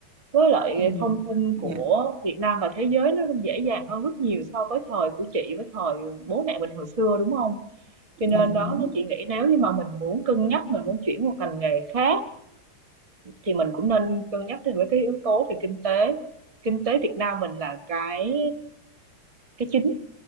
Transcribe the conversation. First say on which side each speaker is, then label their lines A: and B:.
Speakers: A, on the right (about 25°); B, on the right (about 70°).
A: với lại
B: ừ
A: thông tin
B: dạ
A: của Việt Nam và thế giới nó dễ dàng hơn rất nhiều so với thời của chị, với thời bố mẹ mình hồi xưa, đúng không? Cho
B: dạ
A: nên đó,
B: đúng
A: nó chị nghĩ nếu như mà mình muốn cân nhắc, mình muốn chuyển qua ngành nghề khác thì mình cũng nên cân nhắc thêm với cái yếu tố về kinh tế kinh tế Việt Nam mình là cái cái chính